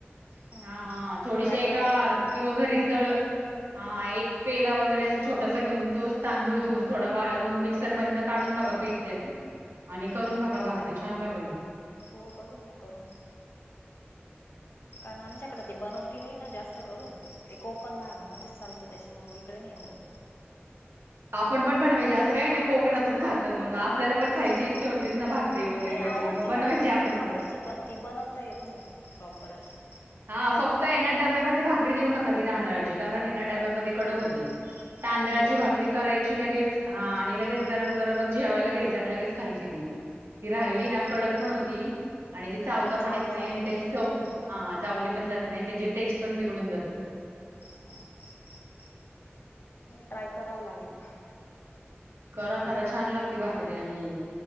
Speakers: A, on the left (about 65°); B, on the right (about 85°).
A: हां
B: हा
A: हां
B: हा थोडीशी
A: ट्राय
B: एका
A: करावं लागेल
B: किंवा घरीच दळ हा एक पेला वगैरे अस छोटासा घेन तोच तांदूळ ेऊन थोडा वाळवून मिक्स मसर मधं काढून
A: हां
B: बघा
A: हां
B: पीठ त्याच आणि करून
A: हां
B: बघा
A: हां
B: भाकरी छान लागेल
A: हो बघेन ना करून कारण आमच्याकडे ते बनवती नाही ना जास्त करून ते कोकण भागामध्येच चालतं त्याच्यामु इकडे नाही एवढं
B: आपण पण बनवायज असं काही नाही कोकणातून खातात म्हणून पण खायची
A: नाही
B: इच्छा होतीच ना भाकरी वगैरे
A: आवडती
B: कधी मग बनवायची
A: लहान मुलांना
B: आपण
A: आवडती पण ती बनवता येत नाहीत प्रॉपर अशी
B: ह फक्त येण्या डब्यामध्ये भाकरी देऊ नका ती आांदळाची कारण येना डब्यामध्ये हो
A: हां
B: तांदळाची
A: हो
B: भाकरी
A: का
B: करायची लगेल हा आणि लगेच
A: हां
B: गरम
A: हां
B: गरमच जेवायला घ्यायचं आणि लगेच खायची दिन ती राहिली
A: हां
B: ना कडक पण होती आणि ती चावता
A: चावले
B: पण येत नाही
A: जात
B: आणि त्याची चव
A: हां
B: हा ति पण जात नाही आणि त्याची टेस्ट पण बिघडून जाते
A: हो <unintelligible> ट्राय करावं लागेल म
B: करा करा छान लागते भाकरी आणि